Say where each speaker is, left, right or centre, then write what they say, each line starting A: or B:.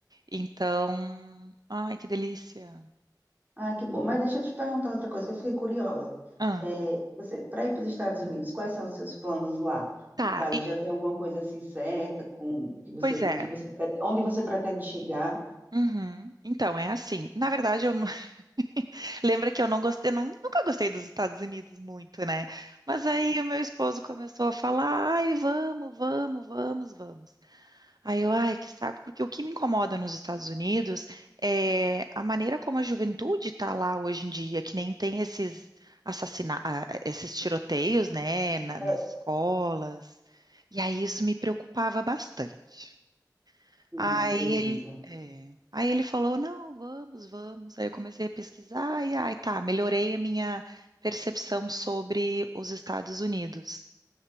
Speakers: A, on the right; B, on the right.
A: Então, ai, que delícia.
B: Ai, que bom. Mas deixa eu te perguntar outra coisa que eu fiquei curiosa.
A: Ah.
B: É, você, para ir para os Estados Unidos, quais são os seus planos lá?
A: Tá,
B: No caso, já tem alguma coisa assim certa com que você,
A: Pois é.
B: o que você, prete- onde você pretende chegar?
A: Uhum. Então, é assim. Na verdade, eu não... <laughs> lembra que eu não gostei, eu não- nunca gostei dos Estados Unidos muito, né? Mas aí o meu esposo começou a falar: "Ai, vamos, vamos, vamos, vamos". Aí eu, ai, que saco, porque o que me incomoda nos Estados Unidos é a maneira como a juventude tá lá hoje em dia, que nem tem esses assassina... ah, esses tiroteios, né, na-
B: É,
A: nas escolas. E aí isso me preocupava bastante.
B: sim,
A: Aí
B: acredita.
A: ele, é, aí ele falou, não, vamos, vamos. Aí eu comecei a pesquisar e aí tá, melhorei a minha percepção sobre os Estados Unidos.